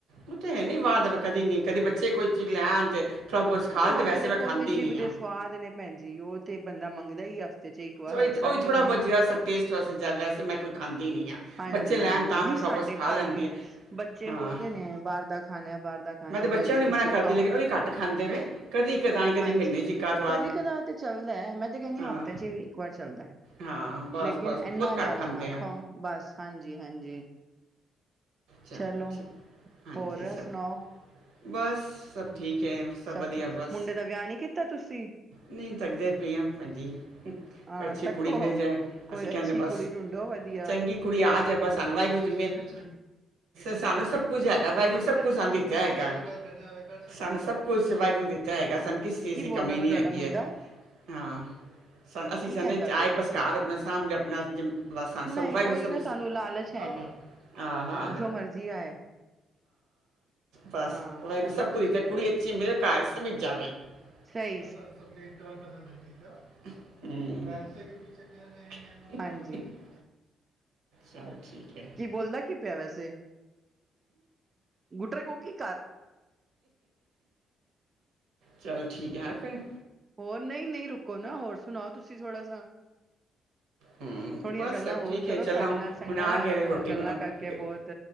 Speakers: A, on the right (about 80°); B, on the right (about 30°).
A: ਉਹ ਤੇ ਹੈ ਨੀ ਬਾਹਰ ਦਾ ਕਦੇ ਨੀ ਕਦੇ ਬੱਚੇ ਕੋਈ ਚੀਜ਼ ਲੈ ਆਨ ਤੇ ਥੋੜਾ ਬਹੁਤ ਖਾ
B: ਨਹੀਂ
A: ਲਈ
B: ਉਹ
A: ਵੈਸੇ
B: ਤੇ ਦੇਖੋ
A: ਮੈਂ ਖਾਂਦੀ
B: ਤੇ ਜੀਭ
A: ਨਹੀਂ
B: ਦੇ
A: ਆ
B: ਸਵਾਦ ਨੇ, ਭੈਣ ਜੀ ਉਹ ਤੇ ਬੰਦਾ ਮੰਗਦਾ ਈ ਹਫ਼ਤੇ ਚ ਇੱਕ ਵਾਰ ਐਸਾ
A: ਉਹ ਵੀ
B: ਨਹੀਂ
A: ਥੋੜਾ ਬਹੁਤ
B: ਹੈ
A: ਜਿਹਾ ਸਾ ਟੇਸਟ ਵਾਸਤੇ ਜਿਆ, ਵੈਸੇ ਮੈਂ ਕੁਛ ਖਾਂਦੀ ਨੀ ਆ,
B: ਹਾਂਜੀ
A: ਬੱਚੇ ਲੈ
B: ਹਾਂਜੀ
A: ਅਣ ਤਾਂ
B: ਨਹੀਂ
A: ਮੈਂ ਥੋੜਾ
B: ਸਾਡੇ
A: ਬਹੁਤ ਖਾ
B: ਘਰ
A: ਲੈਂਦੀ
B: ਵੀ
A: ਆ
B: ਬੱਚੇ ਬੱਚੇ
A: ਹਾਂ
B: ਬੋਲਦੇ ਨੇ ਬਾਹਰ ਦਾ ਖਾਨਾ, ਬਾਹਰ ਦਾ ਖਾਨਾ ਮੈਂ
A: ਤੇ
B: ਬੋਲਦੀਆਂ,
A: ਬੱਚਿਆਂ ਨੂੰ
B: ਤੁਸੀਂ
A: ਨੀ ਮਨਾ ਕਰਦੀ
B: ਖਾਓ
A: ਲੇਕਿਨ ਉਹ ਵੀ ਘੱਟ ਖਾਂਦੇ ਵੇ ਕਦੀ ਕਦਾਈ ਕਦੀ
B: ਹਾਂਜੀ,
A: ਮਹੀਨੇ 'ਚ ਇੱਕ ਆਧ ਵਾਰ
B: ਕਦੀ ਕਦਾ ਤੇ ਚੱਲਦਾ ਐ, ਮੈਂ ਤੇ ਕਹਿੰਦੀ
A: ਹਾਂ,
B: ਹਫ਼ਤੇ ਚ ਵੀ ਇੱਕ ਵਾਰ ਚੱਲਦਾ।
A: ਹਾਂ ਬਸ
B: ਲੇਕਿਨ
A: ਬਸ
B: ਏਨਾ
A: ਬਹੁਤ ਘੱਟ
B: ਜ਼ਿਆਦਾ
A: ਖਾਂਦੇ
B: ਨਾ
A: ਆ
B: ਖਾਓ, ਬਸ ਹਾਂਜੀ- ਹਾਂਜੀ।
A: ਚਾ
B: ਚਲੋ
A: ਠੀਕ ਹਾਂਜੀ
B: ਹੋਰ
A: ਸਭ
B: ਸੁਣਾਓ।
A: ਬਸ ਠੀਕ ਹੈ
B: ਸਭ
A: ਵਧੀਆ
B: ਠੀਕ,
A: ਬਸ
B: ਮੁੰਡੇ ਦਾ ਵਿਆਹ ਨੀ ਕੀਤਾ ਤੁਸੀਂ?
A: ਨਹੀਂ ਥਕਦੇ ਪਏ ਆ ਭੈਣ ਜੀ। ਕੋਈ
B: ਅਹ
A: ਅੱਛੀ
B: ਤੱਕੋ
A: ਕੁੜੀ ਮਿਲ ਜਾਏ,
B: ਕੋਈ
A: ਅਸੀਂ ਕਹਿੰਦੇ
B: ਅੱਛੀ
A: ਬਸ
B: ਕੁੜੀ ਢੂੰਡੋ ਵਧੀਆ
A: ਚੰਗੀ ਕੁੜੀ ਆ ਜਾਏ, ਬਸ ਸਾਨੂੰ ਵਾਹਿੁਗੁਰੂ ਦੀ ਮੇਹਰ ਸਾਨੂੰ ਸਭ ਕੁਛ ਹੈਗਾ, ਵਾਈਗੁਰੂ ਸਬ ਕੁਛ ਸਾਨੂੰ ਦਿੱਤਾ ਹੈਗਾ। ਸਾਨੂੰ ਸਭ ਕੁਛ ਸ ਵਾਈਗੁਰੂ ਦਿੱਤਾ ਹੈਗਾ ਸਾਨੂੰ ਕਿਸ ਚੀਜ਼
B: ਕੀ
A: ਦੀ ਕਮੀ
B: ਬੋਲਦਾ ਪਿਆ
A: ਨਹੀਂ
B: ਤੁਹਾਡਾ
A: ਹੈਗੀ
B: ਮੁੰਡਾ
A: ਏ, ਹਾਂ। ਅਸੀਂ
B: ਕੀ
A: ਚਾਂਦੇ
B: ਕਹਿੰਦਾ
A: ਚ
B: ਪਿਆ
A: ਆਏ ਬਸ ਘਰ ਅਪਨਾ ਸਾਂਭ ਲੇ ਅਪਨਾ <unintelligible> ਬਸ ਸਨ
B: ਨਹੀਂ
A: ਸਭ ਨ ਵਾਈਗੁਰੂ
B: ਉਹੀ
A: ਸਬਨੂ
B: ਨਾ ਸਾਨੂੰ ਲਾਲਚ ਹੈ
A: ਆ।
B: ਨੀ
A: ਅਹਾ, ਹਾਂ
B: ਜੋ ਮਰਜ਼ੀ ਆਏ
A: ਬਸ
B: ਹਾਂ
A: ਵਾਈਗੁਰ ਸਭ ਕੁਜ ਦੀਤਾ ਕੁੜੀ ਅਛੀ ਮੇਰੇ ਘਰ ਸਮ <unintelligible> ਜਾਵੇ।
B: ਸਈ
A: ਹੂੰ।
B: ਹਾਂਜੀ
A: ਚਲ ਠੀਕ ਹੈ
B: ਕੀ ਬੋਲਦਾ ਕੀ ਪਿਆ ਵੈਸੇ ਗੁਟਰੇ ਕੋਕੀ
A: ਚੱਲ ਠੀਕ ਏ, ਏ ਫਿਰ।
B: ਹੋਰ ਨਈ-ਨਈ ਰੁਕੋ ਨਾ ਹੋਰ ਸੁਣਾਓ ਤੁਸੀਂ ਥੋੜਾ ਸ
A: ਹੂੰ
B: ਥੋੜੀਆਂ
A: ਬਸ
B: ਗੱਲਾਂ
A: ਸਭ
B: ਹੋਰ
A: ਠੀਕ
B: ਕਰੋ
A: ਹੈ ਚਲਾਂ
B: ਸਾਡੇ ਨਾਲ ਸੰਗਾਂ
A: ਹੁਣ ਆ
B: ਲੱਗ
A: ਗਏ
B: ਰਿ ਤੁਡਾ
A: ਰੋਟੀ
B: ਨਾਲ ਗੱਲਾਂ
A: ਬ- ਅਮ,
B: ਕਰਕੇ
A: ਗ-
B: ਬਹੁਤ